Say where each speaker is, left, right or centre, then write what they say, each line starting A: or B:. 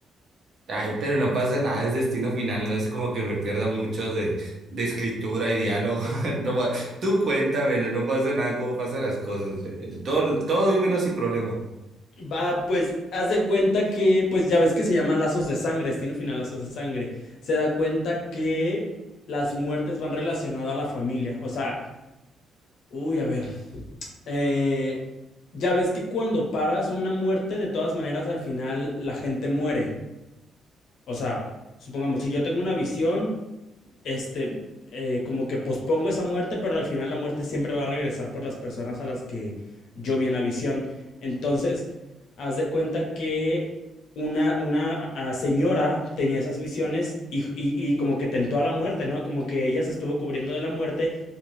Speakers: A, on the right; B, on the left.
A: Ay, pero no pasa nada, es destino final, no es como que me pierda mucho de, de escritura y diálogo. <laughs> No ma- tú cuéntame, no pasa nada, cómo pasan las cosas. eh, Todo, todo dímelo sin problema.
B: Va, pues, haz de cuenta que, pues ya ves que se llama lazos de sangre, destino final lazos de sangre. Se da cuenta que las muertes van relacionadas a la familia. O sea, uy, a ver. eh, ya ves que cuando paras una muerte, de todas maneras, al final la gente muere. O sea, supongamos, si yo tengo una visión, este, eh, como que pospongo esa muerte, pero al final la muerte siempre va a regresar por las personas a las que yo vi en la visión. Entonces, haz de cuenta que una, una ah, señora tenía esas visiones y, y- y como que tentó a la muerte, ¿no? Como que ella se estuvo cubriendo de la muerte